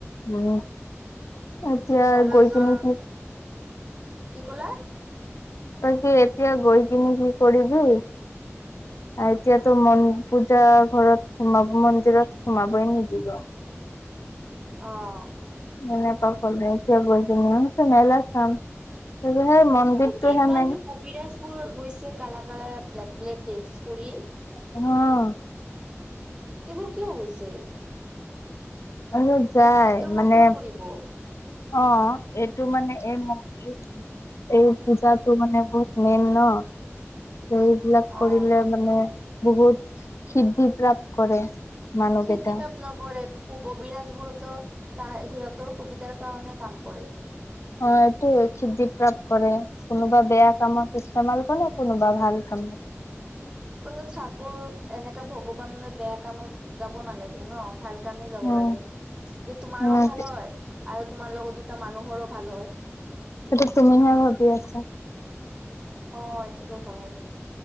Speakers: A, on the left (about 70°); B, on the right (about 20°).
A: উম, এতিয়া
B: কলেজৰ
A: গৈ কিনেটো
B: কি ক'লা?
A: তই কি এতিয়া গৈ কিনি কি কৰিবি? আৰু এতিয়াতো <unintelligible> পূজা ঘৰত সোমাব মন্দিৰত, সোমাবই নিদিব।
B: অ',
A: এনেকে ক'লে এতিয়া গৈ কিনে, মই কৈছো মেলা চাম। সেই মন্দিৰটোহে
B: এই কিমান
A: মেইন
B: যে কবিৰাজ বোৰ গৈছে কালা, কালা, ব্লেক, ব্লেক ড্ৰেছ পৰি।
A: অ',
B: এইবোৰ কিয় গৈছে?
A: অ', যায়
B: তন্ত্ৰ
A: মানে
B: মন্ত্ৰ কৰিব।
A: অ', এইটো মানে এই <unintelligible> এই পূজাটো মানে বহুত মেইন ন'। এইবিলাক
B: অ'।
A: কৰিলে মানে, বহুত সিদ্ধি প্ৰাপ্ত কৰে। মানুহ
B: সিদ্ধি
A: কেইটা
B: পাপ নকৰে। ক-কবিৰাজ বোৰতো, তা-সিহঁতৰ সুবিধাৰ কাৰণে কাম কৰে।
A: অ', এইটোৱে খিদ্ধি প্ৰাপ্ত কৰে, কোনোবা বেয়া কামত ইস্তেমাল কৰে কোনবা ভাল কামত। <inaudible>
B: কিন্তু ঠাকুৰ এনেকা ভগৱানলৈ বেয়া কামত, যাব নালাগে ন' ভাল কাৰণে যাব
A: উম
B: লাগে, যে তোমাৰো
A: উম
B: ভাল হয়, আৰু তোমাৰ লগতো দু টা মানুহৰো ভাল হয়।
A: সেইটো তুমিহে ভাবি আছা
B: অ', এইটোটো হয়।